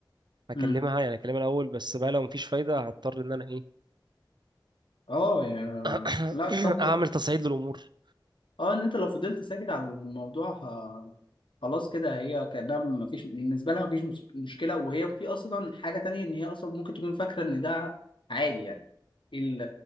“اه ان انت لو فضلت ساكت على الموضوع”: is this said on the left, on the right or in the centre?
Left